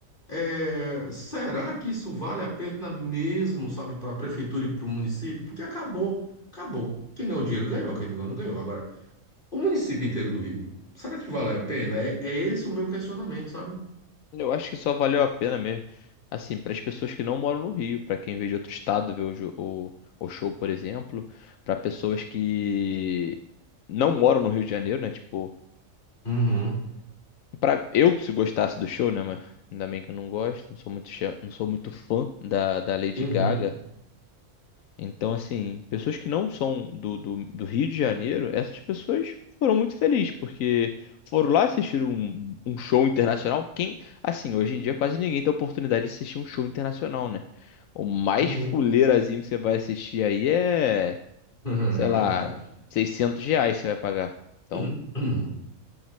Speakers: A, on the left; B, on the left.
A: É, será que isso vale a pena mesmo, sabe, para a prefeitura e para o município? Porque acabou, acabou. Quem ganhou dinheiro ganhou, quem não ganhou não ganhou. Agora, o município inteiro do Rio, será que vale a pena? É, é esse o meu questionamento, sabe?
B: Eu acho que só valeu a pena mesmo. Assim, para as pessoas que não moram no Rio, para quem veio de outro estado ver o, jo- o, o show, por exemplo, para pessoas que não moram no Rio de Janeiro, né? Tipo,
A: Uhum,
B: para eu se gostasse do show, né? Mas ainda bem que eu não gosto, não sou muito, chã- não sou muito fã da, da Lady
A: uhum,
B: Gaga. Então, assim, pessoas que não são do, do, do Rio de Janeiro, essas pessoas foram muito felizes, porque foram lá assistir um, um show internacional. Quem, assim, hoje em dia quase ninguém tem a oportunidade de assistir um show internacional, né? O mais
A: uhum.
B: fuleirazinho que você vai assistir aí é,
A: <laughs>
B: sei
A: É verdade.
B: lá, 600 reais você vai pagar. Então,
A: <clears throat>